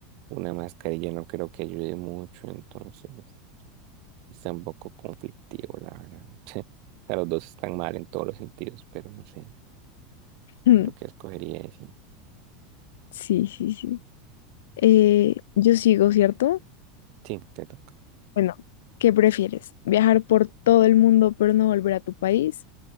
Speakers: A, on the right; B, on the left.
A: Una mascarilla no creo que ayude mucho, entonces está un poco conflictivo, la verdad. <laughs> O sea, los dos están mal en todos los sentidos, pero no sé,
B: bueno.
A: creo que
B: <laughs>
A: escogería ese.
B: Sí, sí, sí. Eh, yo sigo, ¿cierto?
A: Sí, te toca.
B: Bueno, ¿qué prefieres? ¿Viajar por todo el mundo pero no volver a tu país